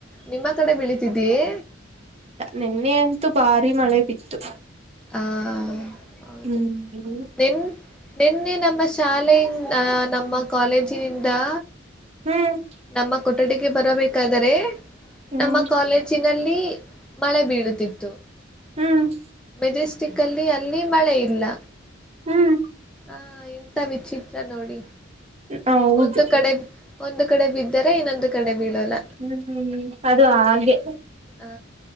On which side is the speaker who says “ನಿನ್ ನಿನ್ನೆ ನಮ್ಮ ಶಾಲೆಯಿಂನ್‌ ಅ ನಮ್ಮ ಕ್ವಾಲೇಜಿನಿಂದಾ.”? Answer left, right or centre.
Centre